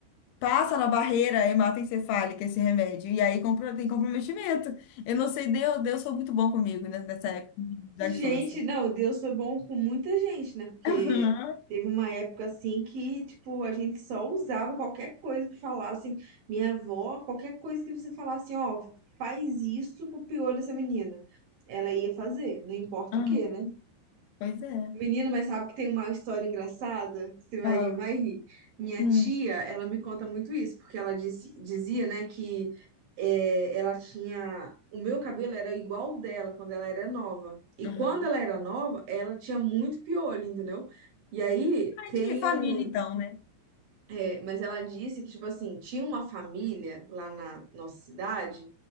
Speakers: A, on the left (about 80°); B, on the right (about 55°).
A: passa na barreira hematoencefálica esse remédio e aí compro- tem comprometimento. Eu não sei, Deus, Deus foi muito bom comigo né, nessa época da
B: Gente,
A: infância.
B: não, Deus foi bom com muita gente, né? Porque
A: Aham,
B: teve uma época assim que, tipo, a gente só usava qualquer coisa que falassem. Minha avó, qualquer coisa que você falasse, ó, faz isso pro piolho dessa menina. Ela ia fazer, não importa
A: aham.
B: o que, né?
A: Pois é.
B: Menina, mas sabe que tem uma história engraçada? Você vai,
A: Uau.
B: vai rir. Minha
A: Hum.
B: tia, ela me conta muito isso, porque ela disse- dizia, né, que é, ela tinha. O meu cabelo era igual o dela quando ela era nova. E
A: Aham.
B: quando ela era nova, ela tinha muito piolho, entendeu? E aí
A: Ah,
B: tem
A: de família,
B: um.
A: então, né?
B: é, mas ela disse que, tipo assim, tinha uma família lá na nossa cidade